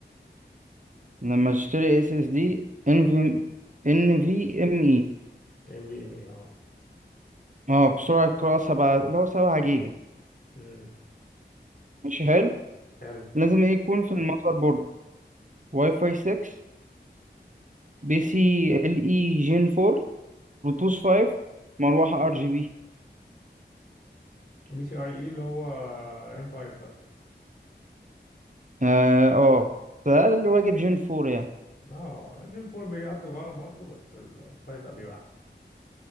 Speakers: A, on the right (about 45°); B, on the left (about 55°).
A: لما اشتري اس اس دي ان في ان في ام اي
B: ام في ام اي اه
A: اه بسرعة قراءة سبعة اللي هو سبعة جيجا
B: امم
A: مش حلو
B: حلو
A: لازم ايه يكون في المذر بورد واي فاي 6 بي سي ال اي جين 4 بلوتوث 5 مروحة ار جي بي
B: بي سي اي اي اللي هو ام 5 ده
A: اه اه ده أقل واجب جين 4 يعني
B: اه جيم 4 بيقضي الغرض برضه بس ال 5 بيبقى أحسن